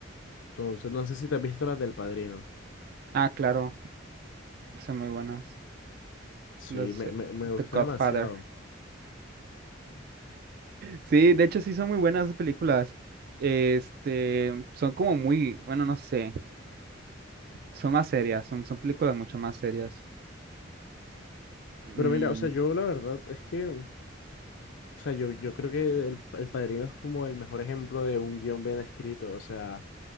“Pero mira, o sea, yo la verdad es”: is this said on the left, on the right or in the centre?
Left